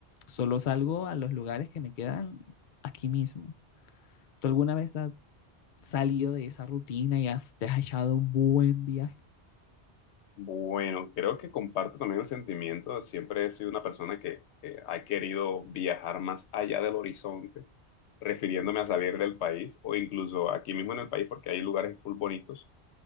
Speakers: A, on the left; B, on the left.
A: solo salgo a los lugares que me quedan aquí mismo. ¿Tú alguna vez has salido de esa rutina y has, te has echado un buen viaje
B: bueno, creo que comparto también el sentimiento. Siempre he sido una persona que, que ha querido viajar más allá del horizonte, refiriéndome a salir del país o incluso aquí mismo en el país porque hay lugares full bonitos,